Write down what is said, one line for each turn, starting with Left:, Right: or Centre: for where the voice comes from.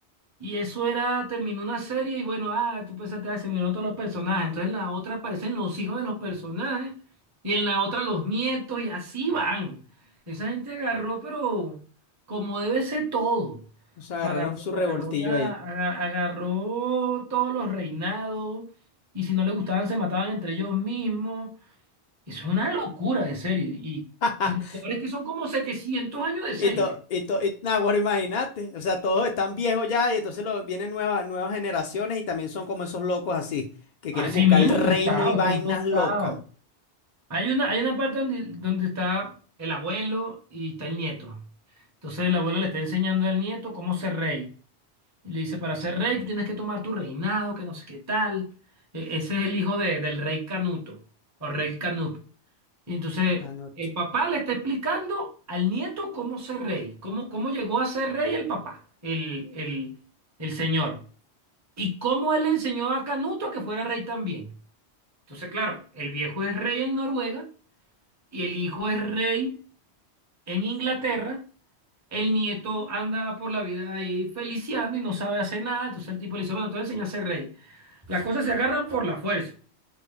Right: Y eso era, terminó una serie y bueno, ah, tú pensaste, ah, se miraron todos los personajes. Entonces en la otra aparecen los hijos de los personajes y en la otra los nietos y así van. Esa gente agarró, pero como debe ser todo.
Left: Se agarraron
Right: O sea, agarró,
Left: su
Right: agarró,
Left: revoltillo
Right: la-
Left: ahí.
Right: aga- agarró todos los reinados y si no le gustaban se mataban entre ellos mismos. Eso es una locura de serie. Y,
Left: <laughs>
Right: y lo peor es que son como 700 años de serie.
Left: Y to, y to, y, nah, guara, imagínate, o sea, todos están viejos ya y entonces lo, vienen nuevas, nuevas generaciones y también son como esos locos así, que
Right: Así
Left: quieren buscar
Right: mismo,
Left: el reino
Right: tostados,
Left: y vainas
Right: son tostados.
Left: locas.
Right: Hay una, hay una parte donde, donde está el abuelo y está el nieto. Entonces el abuelo le está enseñando al nieto cómo ser rey. Y le dice, para ser rey tú tienes que tomar tu reinado, que no sé qué tal. E- ese es el hijo de- del rey Canuto o rey Canut. Y entonces
Left: Anoto.
Right: el papá le está explicando al nieto cómo ser rey, cómo, cómo llegó a ser rey el papá, el, el, el señor. Y cómo él le enseñó a Canuto a que fuera rey también. Entonces, claro, el viejo es rey en Noruega y el hijo es rey en Inglaterra, el nieto anda por la vida ahí feliciando y no sabe hacer nada, entonces el tipo le dice, bueno, te voy a enseñar a ser rey. Las cosas se agarran por la fuerza.